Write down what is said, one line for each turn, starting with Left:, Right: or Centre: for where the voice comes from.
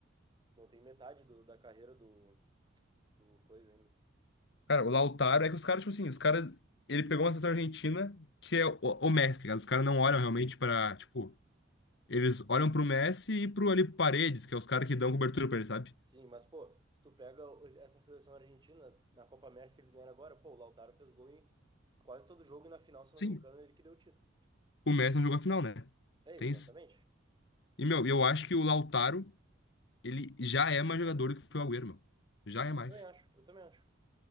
Right: Não tem metade do, da carreira do, do coisa ainda.
Left: Cara, o Lautaro é que os caras, tipo assim, os caras. Ele pegou uma seleção argentina que é o, o Messi, tá ligado? Os caras não olham realmente pra, tipo. Eles olham pro Messi e pro ali Paredes, que é os caras que dão cobertura pra ele, sabe?
Right: Sim, mas, pô, se tu pega o- essa seleção argentina na Copa América que eles ganharam agora, pô, o Lautaro fez gol em quase todo jogo e na final, se
Left: Sim.
Right: não me engano, ele que deu o título.
Left: O Messi não jogou a final, né?
Right: É,
Left: Tem
Right: exatamente.
Left: isso. E, meu, eu acho que o Lautaro, ele já é mais jogador do que foi o Agüero, meu. Já é mais.
Right: Eu também acho, eu também acho.